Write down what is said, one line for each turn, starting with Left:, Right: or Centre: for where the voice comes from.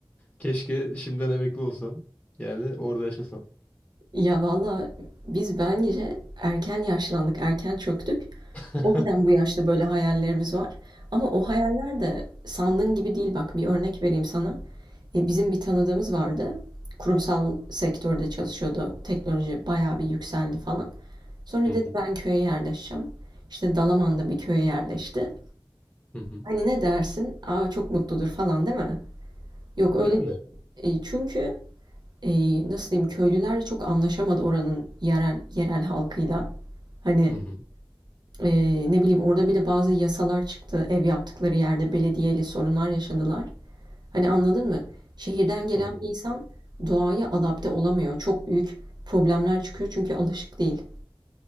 Left: Keşke şimdiden emekli olsam. Yani orada yaşasam.
Right: Ya valla biz bence erken yaşlandık, erken çöktük.
Left: <laughs>
Right: O yüzden bu yaşta böyle hayallerimiz var. Ama o hayaller de sandığın gibi değil. Bak bir örnek vereyim sana. E, bizim bir tanıdığımız vardı. Kurumsal sektörde çalışıyordu. Teknoloji bayağı bir yükseldi falan. Sonra
Left: Hı
Right: dedi
Left: hı,
Right: ben köye yerleşeceğim. İşte Dalaman'da bir köye yerleşti.
Left: hı hı.
Right: Hani ne dersin? Aa çok mutludur falan değil mi? Yok öyle
Left: Yani
Right: değil. E, çünkü e, nasıl diyeyim köylüler çok anlaşamadı oranın yerel yerel halkıyla. Hani
Left: hı hı,
Right: e, ne bileyim orada bir de bazı yasalar çıktı. Ev yaptıkları yerde belediyeyle sorunlar yaşadılar. Hani anladın mı? Şehirden gelen
Left: anladım.
Right: bir insan doğaya adapte olamıyor. Çok büyük problemler çıkıyor çünkü alışık değil.